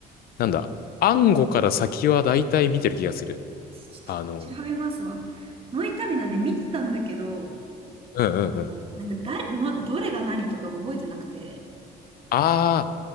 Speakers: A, on the left; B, on the right.
A: なんだ、暗号から先は大体見てる気がする。
B: ちょっと調べますわ。
A: あの、
B: ノイタミナね、見てたんだけど、
A: うんうんうん。
B: もうなんか誰の、どれが何とか覚えてなくて。
A: あ